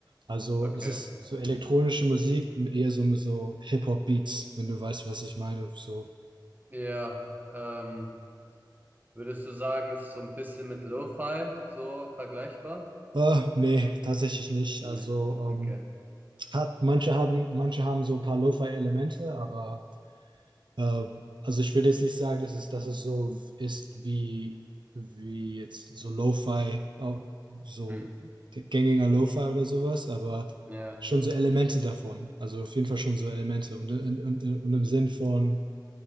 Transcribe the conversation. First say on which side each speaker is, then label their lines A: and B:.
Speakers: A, on the right; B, on the right.
A: Also
B: okay.
A: es ist so elektronische Musik mit eher so, mit so Hip-Hop-Beats, wenn du weißt, was ich meine. So,
B: Ja, ähm, würdest du sagen, ist so ein bisschen mit Lo-Fi so vergleichbar?
A: äh, nee, tatsächlich nicht.
B: Nee,
A: Also
B: okay.
A: ähm, hat, manche haben, manche haben so ein paar Lo-Fi-Elemente, aber Äh, also ich will jetzt nicht sagen, dass es, dass es so ist wie, wie jetzt so Lo-Fi, au- so
B: Hm.
A: gängiger Lo-Fi oder sowas, aber
B: Ja,
A: schon so Elemente davon. Also auf jeden Fall schon so Elemente. Und, in, in, und im Sinn von,